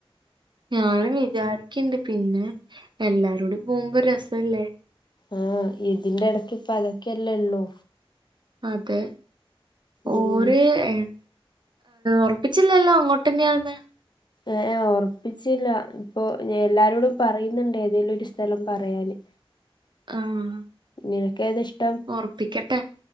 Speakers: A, on the right; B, on the left.
A: ഞാനും വിചാരിക്ക്ണ്ട് പിന്നെ എല്ലാരുടി പോവുമ്പോ ഒര് രസല്ലേ
B: ആഹ് ഇതിന്റെ എടക്ക് ഇപ്പം അതൊക്കെയല്ലേ ഉള്ളു
A: അതെ ഓര്
B: ഉം
A: ഏഹ് ഒറപ്പിച്ചില്ലല്ലോ അങ്ങോട്ടെന്നെയാന്ന്
B: ഏഹ് ഒറപ്പിച്ചില്ല ഇപ്പൊ എല്ലാരോടും പറയ്ന്നുണ്ട് ഏതേലും ഒരു സ്ഥലം പറയാന്
A: ആഹ്
B: നിനക്ക് ഏതാ ഇഷ്ടം
A: ഒറപ്പിക്കട്ടെ